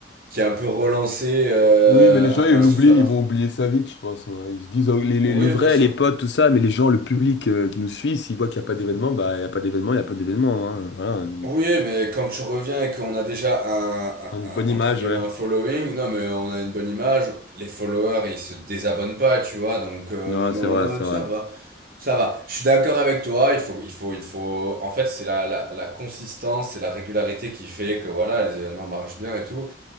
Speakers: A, on the right; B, on the left.
A: qui a un peu relancé euh,
B: Oui, mais les gens,
A: un,
B: ils l'oublient,
A: un souffle à Marseille.
B: ils vont oublier ça vite, je pense. ouais. Ils se disent, oh, Les, les-
A: Oui,
B: les vrais,
A: bien sûr.
B: les potes, tout ça, mais les gens, le public euh, qui nous suit, s'ils voient qu'il n'y a pas d'événement, bah, il n'y a pas d'événement, il n'y a pas d'événement. hein. Voilà, une
A: Oui, mais quand tu reviens et qu'on a déjà un, un-
B: une
A: un-
B: bonne
A: entre
B: image,
A: guillemets,
B: ouais.
A: un following, non, mais on a une bonne image, les followers, ils se désabonnent pas, tu vois, donc euh,
B: Non,
A: l'un dans
B: c'est vrai,
A: l'autre,
B: c'est vrai.
A: ça va. Ça va, je suis d'accord avec toi, il faut, il faut, il faut... En fait, c'est la, la, la consistance et la régularité qui fait que voilà, les événements marchent bien et tout.